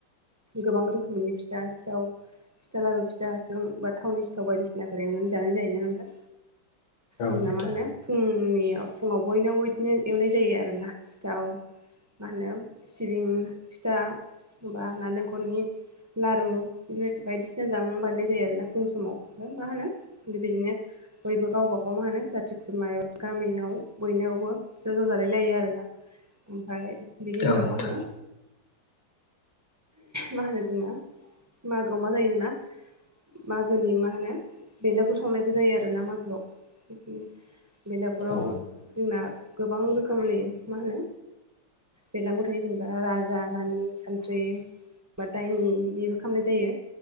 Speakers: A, on the right; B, on the left.
A: गोबां रोखोमैनि फिथा सिथाव फिथा लारु फिथा हासुं बा थावनि सिथाव बायदिसिनाफोर एवनानै जानाय जायोना नोंथां। जोंना
B: नोंथां
A: मा होनो फुंनि फुंङाव बयनावबो बिदिनो एवनाय जायो आरोना सिथाव। मा होनो सिबिं फिथा बा नालेंखलनि लारु बे बायदिसिना जामुं बानायनाय जायो आरोना फुं समाव ओमफ्राय मा होनोबायदिनो। बयबो गावबाागाव मा होनो जाथि खुरमा एबा गामियाव बयनियावबो ज' ज' जालाय लायो आरोना। ओमफफ्राय बिनि उनाव
B: औ नोंथां
A: मा होनो? मा होनो जोंना मागोआव मा जायो जोंना। मागोनि मा होनो बेलागु संनायबो जायो आरोना मागोआव बिनो बेलागुराव
B: औ नोंथां औ
A: जोंना गोबां रोखोमनि मा होनो? बेरलांगौ थायो जेनेबा राजा रानि सानथ्रि। बा दायनि बिदिबो खालामनाय जायो